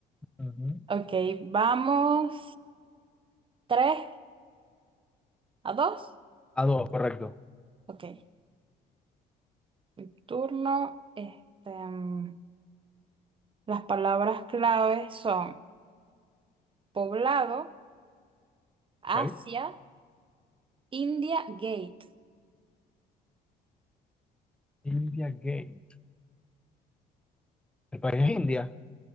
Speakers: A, in the centre; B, on the right.
A: Ujú.
B: Ok, vamos. ¿Tres a dos?
A: A dos, correcto.
B: Ok. Mi turno. Este, mm, las palabras claves son poblado,
A: Ok.
B: Asia, India, Gate.
A: India Gate. El país es India,